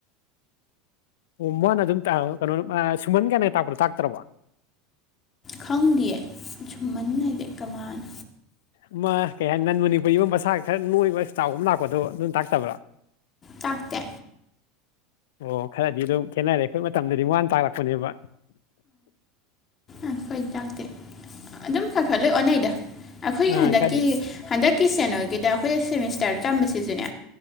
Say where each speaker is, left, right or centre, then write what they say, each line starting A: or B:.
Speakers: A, on the left; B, on the left.
A: ꯑꯣ ꯃꯥꯅ ꯑꯗꯨꯝ ꯇꯥꯕ ꯀꯩꯅꯣꯅ ꯃ ꯁꯨꯃꯟ ꯀꯥꯏꯅ ꯇꯥꯛꯄꯗꯣ ꯇꯥꯛꯇ꯭ꯔꯕꯣ
B: ꯈꯪꯗꯤꯌꯦ ꯁꯨꯝꯃꯟ ꯍꯥꯏꯖꯦ ꯀꯃꯥꯅ
A: ꯑꯃ ꯀꯩ ꯍꯥꯏ ꯅꯟ ꯃꯅꯤꯄꯨꯔꯤ ꯃ ꯃꯁꯥꯒ ꯈ꯭ꯔ ꯅꯣꯏꯕ ꯆꯥꯎꯕ ꯑꯃ ꯂꯥꯛ ꯄꯣꯗꯣ ꯑꯗꯨꯝ ꯇꯥꯛꯇꯕ꯭ꯔ
B: ꯇꯥꯛꯇꯦ
A: ꯑꯣ ꯈ꯭ꯔꯗꯤ ꯗꯨꯝ ꯈꯦꯠꯅꯔꯦ ꯈꯣꯏ ꯃꯇꯝꯗꯗꯤ ꯋꯥꯅ ꯇꯥꯛꯂꯛꯄꯅꯦꯕ
B: ꯑ ꯈꯣꯏ ꯇꯥꯛꯇꯦ ꯑꯗꯨꯝ ꯈ ꯈ ꯂꯣꯏ ꯑꯣꯅꯩꯗ ꯑꯈꯣꯏꯒꯤ
A: ꯑꯥ
B: ꯍꯟꯗꯛꯀꯤ
A: ꯈꯔꯗꯤ
B: ꯍꯟꯗꯛꯀꯤ ꯁꯦꯅꯣꯒꯤꯗ ꯑꯩꯈꯣꯏꯗ ꯁꯦꯃꯤꯁꯇ꯭ꯔꯗ ꯇꯝꯕꯁꯤꯁꯨꯅꯦ